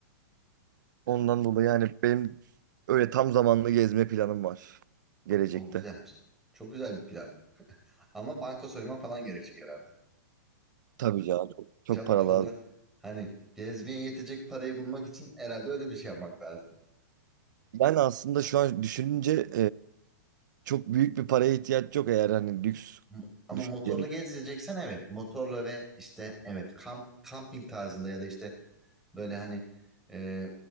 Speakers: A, on the right; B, in the centre.
A: Ondan dolayı yani benim öyle tam zamanlı gezme planım var gelecekte.
B: O güzelmiş. Çok güzel bir plan. Ama banka soyman falan gerekecek herhalde.
A: Tabii canım çok, çok
B: Çabuk
A: para
B: yoldan
A: lazım.
B: hani gezmeye yetecek parayı bulmak için herhalde öyle bir şey yapmak lazım.
A: Ben aslında şu an düşününce Çok büyük bir paraya ihtiyaç yok eğer hani lüks
B: M- Ama
A: düşünceniz.
B: motorla gezeceksen evet. Motorla ve işte evet kamp, kamping tarzında ya da işte böyle hani e,